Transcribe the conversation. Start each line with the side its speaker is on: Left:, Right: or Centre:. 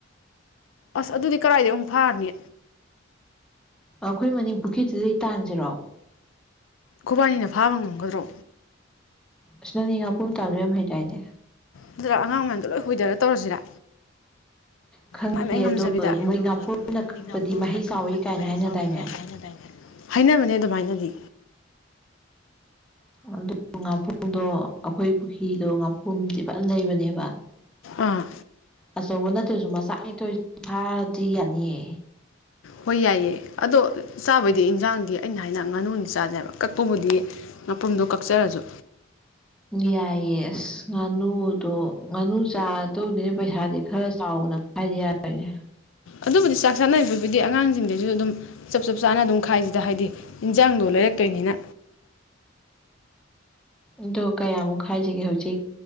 Left: ꯑꯁ ꯑꯗꯨꯗꯤ ꯀꯔꯥꯏꯗꯩꯩ ꯑꯃꯨꯛ ꯐꯥꯅꯤ
Centre: ꯑꯈꯣꯏ ꯃꯅꯤꯡ ꯄꯨꯈ꯭ꯔꯤꯗꯨꯗꯩ ꯇꯥꯟꯖꯤꯔꯣ
Left: ꯈꯨꯕꯥꯅꯤꯅ ꯐꯥꯕ ꯉꯝꯒꯗ꯭ꯔꯣ
Centre: ꯑꯁ ꯅꯪꯅꯤ ꯉꯥꯄꯨꯝ ꯇꯥꯟꯕ ꯌꯥꯝ ꯍꯩꯇꯥꯏꯅꯦ
Left: <unintelligible> ꯑꯉꯥꯡ ꯃꯌꯥꯝꯗꯣ ꯂꯣꯏ ꯍꯨꯏꯗꯔ ꯇꯧꯔꯁꯤꯔ
Centre: ꯈꯪꯉꯦ
Left: ꯃꯥꯏ ꯃꯥꯏ ꯉꯝꯖꯕꯤꯗ
Centre: ꯑꯗꯣ ꯃꯣꯏ
Left: ꯑꯗꯨꯒ
Centre: ꯉꯥꯄ꯭ꯔꯨꯝꯅ
Left: ꯃꯣꯢꯗꯤ
Centre: ꯀꯛꯄꯗꯤ
Left: ꯉꯥꯄꯨꯝꯄꯅ
Centre: ꯃꯍꯩ ꯆꯥꯎꯋꯤ
Left: ꯀꯛꯄꯗꯤ
Centre: ꯀꯥꯏꯅ
Left: ꯃꯍꯩ
Centre: ꯍꯥꯏꯅꯗꯥꯏꯅꯦ
Left: ꯆꯥꯎꯋꯤ ꯀꯥꯏ ꯍꯥꯏꯅꯗꯥꯏꯅꯦ ꯍꯥꯏꯅꯕꯅꯦ ꯑꯗꯨꯃꯥꯏꯅꯗꯤ
Centre: <unintelligible> ꯉꯥꯄꯣꯡꯗꯣ ꯑꯩꯈꯣꯏ ꯄꯨꯈ꯭ꯔꯤꯗꯣ ꯉꯥꯄꯨꯝꯗꯤ ꯐꯅ ꯂꯩꯕꯅꯦꯕ
Left: ꯑꯥ
Centre: ꯑꯆꯧꯕ ꯅꯠꯇ꯭ꯔꯁꯨ ꯃꯆꯥꯛꯅꯤꯊꯣꯏ ꯐꯥꯔꯗꯤ ꯌꯥꯅꯤꯌꯦ
Left: ꯍꯣꯏ ꯌꯥꯏꯌꯦ ꯑꯗꯣ ꯆꯥꯕꯩꯗꯤ ꯏꯟꯖꯥꯡꯗꯤ ꯑꯩꯅ ꯍꯥꯏꯅ ꯉꯥꯅꯨꯗꯤ ꯆꯥꯖꯦ ꯍꯥꯢꯕ ꯀꯛꯄꯕꯨꯗꯤ ꯑꯄꯨꯝꯗꯣ ꯀꯛꯆꯔꯖꯨ
Centre: ꯌꯥꯏꯌꯦ ꯑꯁ ꯉꯥꯅꯨꯗꯣ ꯉꯥꯅꯨ ꯆꯥꯗꯧꯅꯤ ꯄꯩꯁꯥꯗꯤ ꯈꯔ ꯆꯥꯎꯅ ꯈꯥꯏꯗ ꯌꯥꯔꯣꯏꯅꯦ
Left: ꯑꯗꯨꯕꯨꯗꯤ ꯆꯥꯛ ꯆꯥꯅꯔꯤꯕꯕꯨꯗꯤ ꯑꯉꯥꯡꯖꯤꯡꯗꯩꯖꯨ ꯑꯗꯨꯝ ꯆꯞ ꯆꯞ ꯆꯥꯅ ꯑꯗꯨꯝ ꯈꯥꯏꯖꯤꯗ ꯍꯥꯏꯗꯤ ꯏꯟꯖꯥꯡꯗꯣ ꯂꯩꯔꯛꯇꯣꯏꯅꯤꯅ
Centre: ꯑꯗꯣ ꯀꯌꯥꯃꯨꯛ ꯍꯥꯏꯖꯤꯒꯦ ꯍꯧꯖꯤꯛ